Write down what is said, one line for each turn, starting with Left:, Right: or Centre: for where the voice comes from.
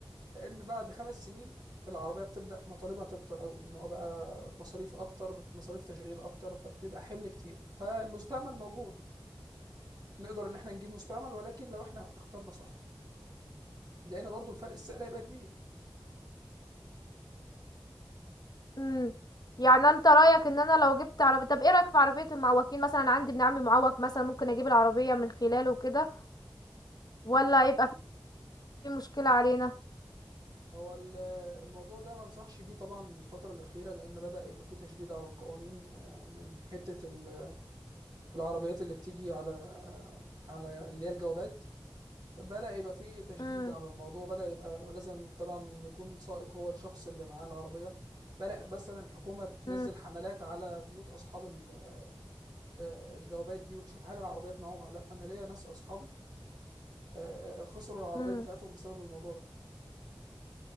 Right: لأن بعد خمس سنين العربية بتبدأ مطالبها تكتر أوي إن هو بقى مصاريف أكتر مصاريف تشغيل أكتر فبيبقى حمل كتير فالمستعمل موجود نقدر ان احنا نجيب مستعمل ولكن لو احنا اخترنا صح لان برضو الفرق السعر هيبقى كبير
Left: امم يعني انت رايك ان انا لو جبت عربيه طب ايه رايك في عربيه المعوقين مثلا أنا عندي ابن عمي معوق مثلا ممكن اجيب العربيه من خلاله وكده ولا يبقى في مشكله علينا
Right: هو ال- الموضوع ده ما انصحش بيه طبعا الفترة الأخيرة لأن بدأ يبقى فيه تشديد على القوانين آه، من حتة ال- العربيات اللي بتيجي على على اللي هي الجوابات بدأ يبقى فيه تشديد
Left: امم
Right: على الموضوع بدأ يبقى لازم طبعا إن يكون سائق هو الشخص اللي معاه العربية بدأ مثلا الحكومة تنزل
Left: امم
Right: حملات على بيوت أصحاب ال- آه، الجوابات دي وتشوف هل العربيات معاهم أو لا أنا ليا ناس أصحابي آه، آه، خسروا العربيات
Left: امم
Right: بتاعتهم بسبب الموضوع ده